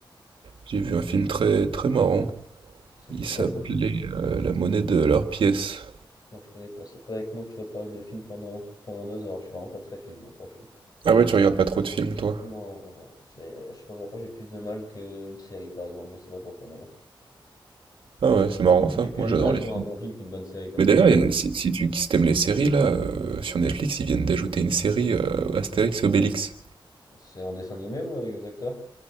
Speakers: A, on the right; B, on the left.
A: j'ai vu un film très, très marrant.
B: C'était
A: Il s'appelait
B: quoi le nom du
A: euh, La monnaie de leur pièce.
B: Non, je connais pas, c'est pas avec moi que tu vas parler de films pendant, pendant deux heures, je suis vraiment pas très film moi pour le coup.
A: Ah ouais, tu regardes pas trop de films, toi?
B: Non, non, non, j'ai- euh, je sais pas pourquoi j'ai plus de mal qu'une série par exemple, je sais pas pourquoi d'ailleurs.
A: Ah ouais, c'est marrant
B: Ou
A: ça,
B: J'ai plus
A: moi
B: de
A: j'adore
B: mal à trouver
A: les Ouais. films.
B: un bon film qu'une bonne série comme
A: Mais d'ailleurs,
B: sur
A: il
B: Netflix.
A: y en a- si, si tu si t'aimes les séries, là, euh, sur Netflix, ils viennent d'ajouter une série euh, Astérix et Obélix.
B: C'est un dessin animé ou avec des acteurs?